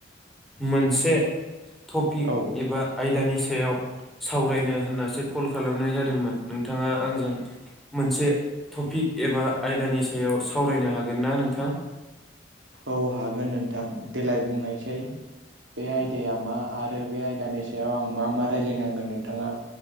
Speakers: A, in the centre; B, on the right.
A: मोनसे टपिक
B: औ
A: एबा आयदानि सायाव सावरायनो होननासो कल खालामनाय जादोंमोन नोंथाङा आंजों मोनसे टपिक एबा आयदानि सायाव सावरायनो हागोन ना नोंथां?
B: औ हागोन नोंथां देलाय बुंनायसै। बे आयदाया मा आरो बे आयदानि सायाव आं मा मा रायज्लायनांगोन नोंथाङा